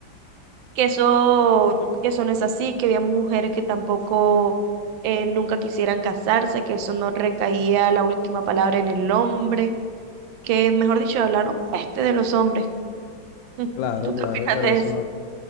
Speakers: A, on the right; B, on the left.
A: que eso, que eso no es así, que había mujeres que tampoco eh, nunca quisieran casarse, que eso no recaía la última palabra en el hombre, que mejor dicho, hablaron peste de los hombres. Mm,
B: Claro,
A: ¿Tú qué
B: claro,
A: opinas
B: pero
A: de
B: eso
A: eso?
B: no,